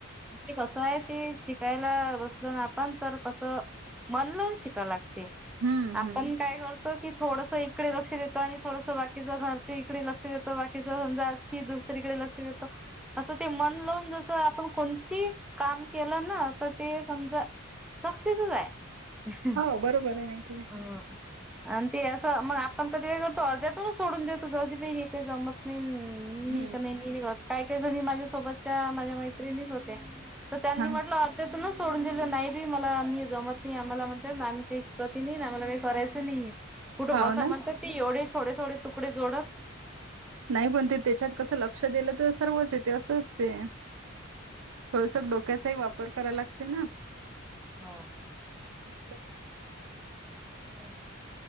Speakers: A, in the centre; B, on the right.
A: ते कसं आहे तेी शिकायला बसल ना आपण तर कसं मन लावून शिकाव लागते
B: हम्म
A: आपण
B: हम्म
A: काय करतो की थोडस इकडे लक्ष देत आणि थोडस बाकीचं घरचे इकडे लक्ष देतं बाकीच समजा की दुसरीकडे लक्ष देतं असं ते मनलोन जस आपण कोणती काम केलं ना तर ते समजा सक्सेसच आहे
B: हो बरोबर आहे नाही तर काय.
A: हम् आ ते अस मग आपण कधी काय करतो अर्ध्यातूनच सोडून देतो जी हे काही जमत नाही मी
B: हम्म.
A: का नाही मी निघत काय काय जणी माझ्यासोबतच्या माझ्या मैत्रिणीच होत्या तर त्यांनी
B: हा
A: म्हटलं अर्ध्यातून सोडून दिलं नाही रे मला आ्ही जमत नाही आम्हाला नाम ते क त नाही आम्हाला काही करायचं नाही कुठं
B: हाव
A: बसा
B: ना
A: म्हणत ते एवढेच थोडे थोडे तुकडे जोडत
B: नाही पण ते त्याच्यात कस लक्ष दिलं तर सर्वच येते असं असते थोडस डोक्याचाही वापर करायला लागते ना
A: हा
B: नाहीतर
A: काय